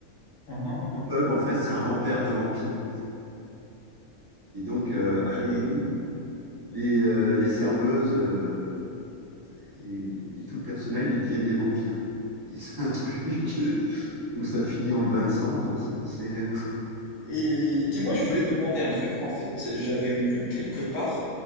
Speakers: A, on the left; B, on the right.
A: Mhm, mhm.
B: Le pub, en fait, c'est un repère de vampires. Et donc, euh,
A: Ok.
B: à minuit, les, euh, les serveuses euh, et, et tout le personnel, ils deviennent des vampires. Et c'est un truc <laughs> où ça finit en bain de sang. Enfin, c'est assez.
A: Et dis-moi, je voulais te demander un truc. En fait, j'avais lu quelque part